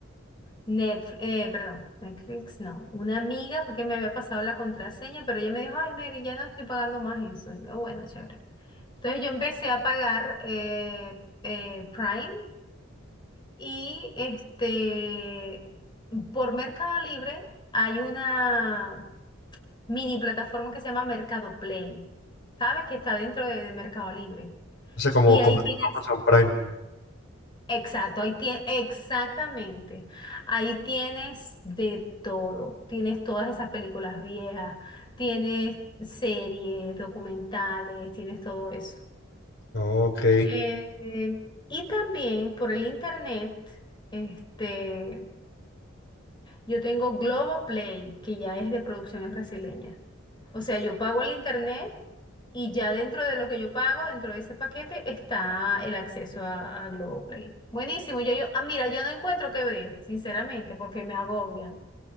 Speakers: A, on the left (about 25°); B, on the left (about 60°).
A: Netflix, eh, perdón, Netflix no. Una amiga fue que me había pasado la contraseña, pero ella me dijo, ay, Mary, ya no estoy pagando más eso. Y yo, bueno, chévere. Entonces yo empecé a pagar eh, eh, Prime y este, por Mercado Libre hay una mini plataforma que se llama Mercado Play. ¿Sabes? Que está dentro de, de Mercado Libre.
B: O sea, como,
A: Y ahí
B: como tipo
A: tienes
B: Amazon Prime.
A: Exacto, ahí tie- exactamente. Ahí tienes de todo. Tienes todas esas películas viejas, tienes series, documentales, tienes todo eso.
B: Ok.
A: Eh, eh, y también por el internet, este, yo tengo Globoplay, que ya es de producciones brasileñas. O sea, yo pago el internet y ya dentro de lo que yo pago, dentro de ese paquete, está el acceso a, a Globoplay. Buenísimo. Yo, yo, ah, mira, yo no encuentro qué ver, sinceramente, porque me agobia.